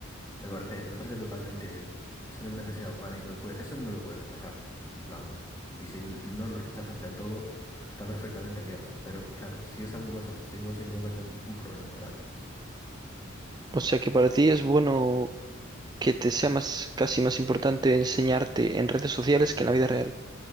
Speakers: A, on the left (about 15°); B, on the right (about 20°).
A: me parece, me parece totalmente, es una necesidad humana y no lo puede- eso no lo puedes rechazar, en plan, y si n- no lo rechazas del todo, está perfectamente bien, pero claro, si es algo más obsesivo, sí que me parece un, un problema grave.
B: O sea, que para ti es bueno que te sea más, casi más importante enseñarte en redes sociales que en la vida real.